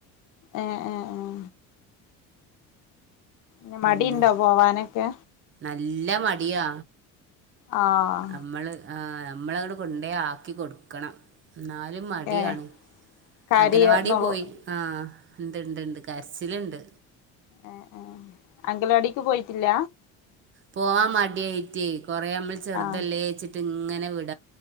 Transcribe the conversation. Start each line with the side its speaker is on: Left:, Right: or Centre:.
Left: ആഹ് ആഹ് ആഹ് പി
Right: പിന്നെ
Left: മടി ഉണ്ടോ പോവാനൊക്കെ
Right: നല്ല മടിയാ
Left: ആഹ്
Right: നമ്മള് നമ്മളവിടെ കൊണ്ട ആക്കി കൊടുക്കണം എന്നാലും മടിയാണ്
Left: ഏഹ് കരയുന്നോളൂ
Right: അംഗനവാടി പോയി ആഹ് ഇണ്ട് ഇണ്ട് ഉണ്ട് കരച്ചിലുണ്ട്
Left: ആഹ് ആഹ് അങ്കലവാടിക്ക് പോയിട്ടില്ല
Right: പോവാൻ മടിയയിറ്റേ കൊറേ നമ്മൾ ചെറുതല്ലേച്ചിട്ട്
Left: ആഹ്
Right: ഇങ്ങനെ വിട